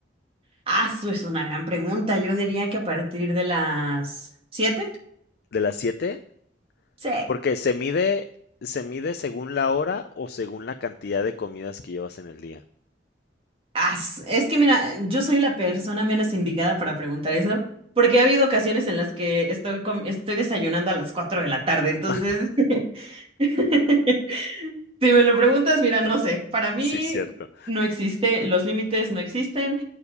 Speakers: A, on the right (about 35°); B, on the left (about 60°).
A: Ah, eso es una gran pregunta. Yo diría que a partir de las siete.
B: ¿De las siete.
A: Sí.
B: Porque se mide, se mide según la hora o según la cantidad de comidas que llevas en el día.
A: As- es que mira, yo soy la persona menos indicada para preguntar eso, porque ha habido ocasiones en las que estoy, com- estoy desayunando a las 4 de la tarde, entonces,
B: <laughs>
A: <laughs> si me lo preguntas, mira, no sé, para mí
B: Sí, cierto.
A: no existe, los límites no existen,